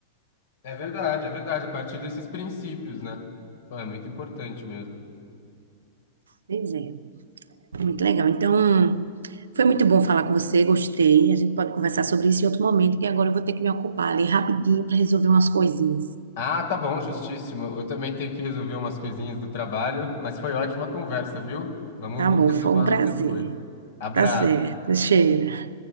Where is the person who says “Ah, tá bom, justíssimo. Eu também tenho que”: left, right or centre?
Left